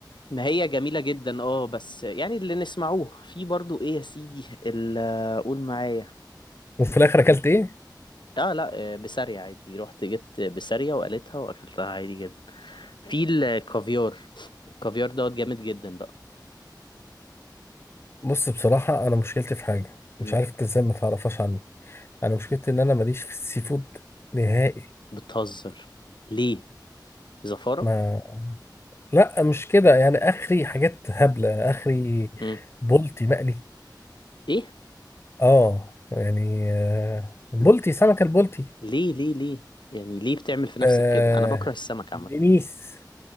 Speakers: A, on the left (about 80°); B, on the left (about 30°).
A: ما هي جميلة جدا اه بس يعني اللي نسمعوه في برضو ايه يا سيدي اللي قول معايا
B: وفي الاخر اكلت ايه
A: اه لا آه، بسارية عادي رحت جبت بسارية وقالتها واكلتها عادي جدا في الكافيار الكافيار دوت جامد جدا بقى
B: بص بصراحه انا مشكلتي في حاجه
A: امم
B: مش عارف انت ازاي ما تعرفهاش عني انا مشكلتي ان انا ماليش في السي فود نهائي
A: بتهزر ليه زفارة
B: ما لا مش كده يعني اخري حاجات هبله اخري
A: امم
B: بولتي مقلي
A: ايه
B: اه يعني آه، بولتي سمكه البولتي
A: ليه ليه ليه يعني ليه بتعمل في نفسك
B: آه
A: كده انا بكره السمك عامة
B: دنيس